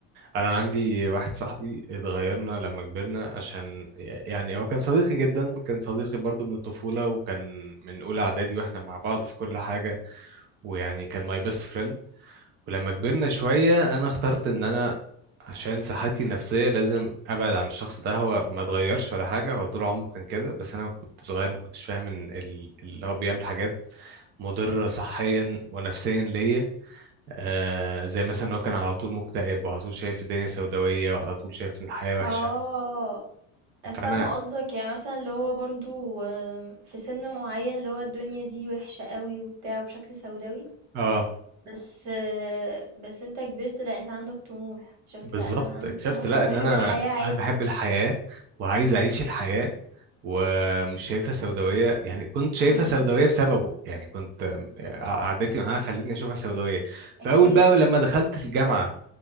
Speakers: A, on the right (about 30°); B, on the right (about 75°).
A: انا عندي واحد صاحبي اتغيرنا لما كبرنا عشان يعني هو كان صديقي جدا كان صديقي برضه من الطفوله وكان من اولى اعدادي واحنا مع بعض في كل حاجه ويعني كان ماي بيست friend ولما كبرنا شوية أنا اخترت إن أنا عشان صحتي النفسية لازم أبعد عن الشخص ده هو ما اتغيرش ولا حاجة هو طول عمره كان كده بس أنا كنت صغير ما كنتش فاهم إن ال- اللي هو بيعمل حاجات مضرة صحيا ونفسيا ليا آه زي مثلا هو كان على طول مكتئب وعلى طول شايف الدنيا سوداوية وعلى طول شايف إن الحياة وحشة
B: اه
A: فأنا
B: فاهمة قصدك يعني مثلا اللي هو برضو آم، في سن معين اللي هو الدنيا دي وحشة قوي وبتاع وبشكل سوداوي
A: آه
B: بس آه، بس انت كبرت لا انت عندك طموح شفت
A: بالظبط
B: لا انا عندي
A: اكتشفت
B: طموح
A: لا
B: وبحب
A: إن أنا
B: الحياة عادي
A: أنا بحب الحياة وعايز أعيش الحياة ومش شايفها سوداوية يعني كنت شايفها
B: امم
A: سوداوية بسببه يعني كنت آم، قعدتي معاها خلتني أشوفها سوداوية
B: اكيد
A: فأول بقى لما دخلت الجامعة